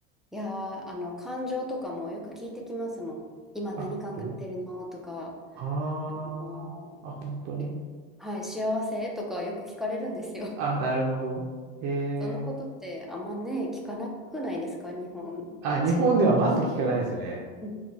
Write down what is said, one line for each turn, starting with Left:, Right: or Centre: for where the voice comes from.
Centre: やー、あの、感情とかもよく聞いてきますもん。今何考えてるのとか、
Right: あ、本当にああー、
Centre: も
Right: あ、本当に
Centre: う、えはい、幸せとかよく聞かれるんですよ。
Right: あ、なるほど。へえ。
Centre: <laughs> そんなことってあんまね、聞かなくないですか、日本人。
Right: あ、日本ではまず聞かないですよね。
Centre: うん